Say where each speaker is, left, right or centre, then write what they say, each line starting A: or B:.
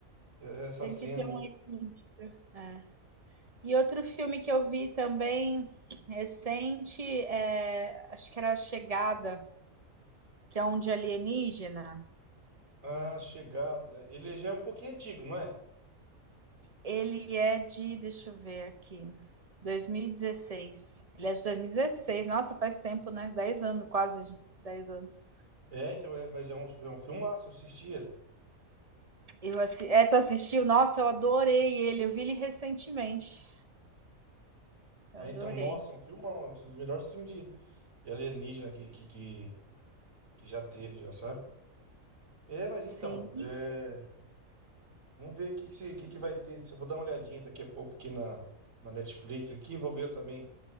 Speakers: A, on the right; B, on the right.
A: essa
B: tem
A: cena
B: que ter um
A: aí.
B: equilíbrio. É. E outro filme que eu vi também recente, é, acho que era A Chegada, que é um de alienígena.
A: A Chegada, ele já é um pouquinho antigo, não é?
B: Ele é de, deixa eu ver aqui, 2016. Ele é de 2016, nossa, faz tempo, né? dez anos, quase 10 anos.
A: É, então, é- mas é um, é um filmaço, eu assisti ele.
B: Eu assi... É, tu assistiu? Nossa, eu adorei ele, eu vi ele recentemente. Eu
A: É,
B: adorei.
A: então, nossa, é um filmão, é um dos melhores filmes de, de alienígena que, que, que, que já teve, já sabe? É, mas então,
B: Sim,
A: é, vamos ver o que, que, se- que, que vai ter. Eu vou dar uma olhadinha daqui a pouco aqui na, na Netflix aqui, vou ver também.